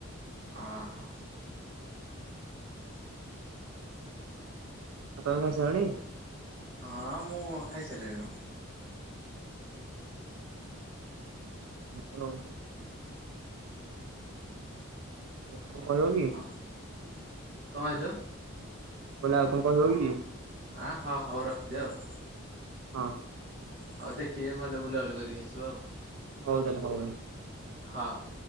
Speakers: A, on the right; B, on the right.
A: ଓ ହୋ।
B: ଆଉ ତମେ ଖାଈସାଇଲନି।
A: ହଁ ମୁଁ ଖାଇସାଇଲିଣି ମ।
B: <unintelligible> ଆଉ କଣ କହିବ
A: ହଁ
B: କି?
A: କଣ ହେଲୁ?
B: ବୋଲା ଆଉ କଣ କହିବ କି?
A: ଆଁ ହଁ ହଉ ରଖିଦିଅ ଆଉ।
B: ହଁ।
A: ହଉ ଦେଖିବେ ଭଲ ବୁଲାବୁଲି କରିକି ଆସିବ ଆଉ।
B: ହଉ ହେଲା ହଉ ହେଲା।
A: ହଁ।